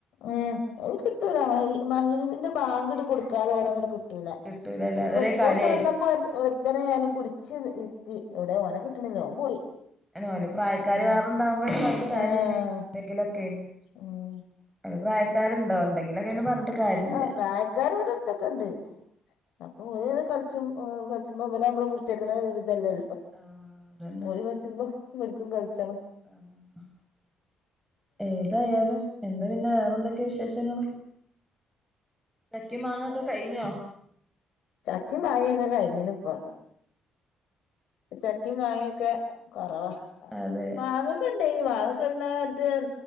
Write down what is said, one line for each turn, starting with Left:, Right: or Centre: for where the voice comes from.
Left: ഉം ഓൽ കിട്ടൂല മ മഹിരിവിന്റെ ബാങ്കിട് കൊടുക്കാ ഓലങ്ങട് കിട് ട്ടൂല.
Centre: കിട്ടൂലല്ലേ
Left: ഇന്നിപ്പോ
Centre: അതുവരെ
Left: സ്കൂൾട്ട്
Centre: കളിയായിരിക്കും
Left: വന്നപ്പോ ഒര് ഒര് ത്തനെ ഞാന് പിടിച്ച് ഇരുത്തി ഇവിടെ ഓന കിട്ടണില്ല ഓൻ പോയി
Centre: അല്ല ഓലെ പ്രായക്കാര്
Left: ഉം
Centre: വേറെണ്ടാവുമ്പോഴ് പറഞ്ഞിട്ട് കാര്യല്ല
Left: ആഹ്
Centre: എന്തെങ്കിലൊക്കെ
Left: ഉം
Centre: അവന്റെ പ്രായക്കാരുണ്ടോ ഉണ്ടെങ്കില് അങ്ങനെ പറഞ്ഞിട്ട് കാര്യല്ല
Left: ആഹ് പ്രായക്കാര് ഇവടെ അടുത്തൊക്കെ ഇണ്ട് അപ്പോ ഓരത് കളിച്ചും കളിച്ചുമ്പ പോലെ നമ്മള് മുറിച്ചേക്കണ ഇതല്ലല്ലോ
Centre: ആഹ് അതന്നെ
Left: ഓര് കയിച്ചുമ്പോ ഇവര്ക്കും കയിച്ചണം
Centre: ആഹ് ഏതായാലും എന്താ പിന്നെ വേറെന്തൊക്കെ വിശേഷങ്ങള് ചക്കി മാങ്ങക്കെ കഴിഞ്ഞോ
Left: ചക്കേം മാങ്ങൊക്കെ കഴിഞ്ഞിണ് ഇപ്പോ ചക്കിം മാങ്ങൊക്കെ കൊറവാ
Centre: അതെ
Left: മാങ്ങക്കെ ഇണ്ടേനി മാങ്ങൊക്കെ ഇണ്ട അത്